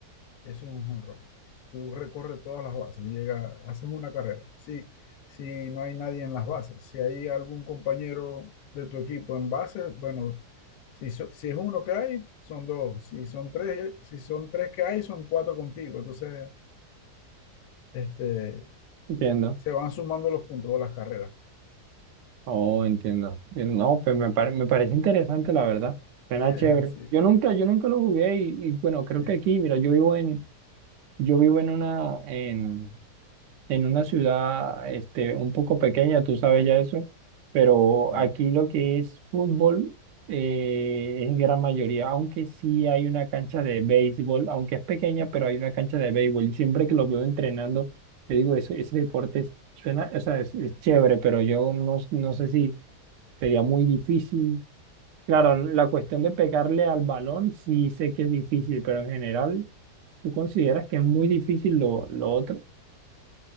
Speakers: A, on the left; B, on the right.
A: eso es un home run. Tú recorres todas las bases y llegas, haces una carrera. Si, si no hay nadie en las bases, si hay algún compañero de tu equipo en bases, bueno, si, so- si es uno que hay, son dos. Si son tres, si son tres que hay, son cuatro contigo. Entonces, este,
B: entiendo.
A: se van sumando los puntos o las carreras.
B: Oh, entiendo. Bien, No, pues me, pare- me parece interesante, la verdad. Suena
A: <laughs>
B: chévere.
A: Sí,
B: Yo nunca, yo nunca lo jugué y, y bueno, creo
A: sí,
B: que aquí, mira, yo vivo en, yo vivo en una, en, en una ciudad, este, un poco pequeña, tú sabes ya eso, pero
A: mm,
B: aquí lo que es fútbol eh, es gran mayoría, aunque sí hay una cancha de béisbol, aunque es pequeña, pero hay una cancha de béisbol y siempre que los veo entrenando, yo digo, ese, ese deporte es- suena, o sea, es, es chévere, pero yo no, no sé si Sería muy difícil. Claro,
A: claro.
B: la cuestión de pegarle al balón sí sé que es difícil, pero en general, ¿tú consideras que es muy difícil lo, lo otro?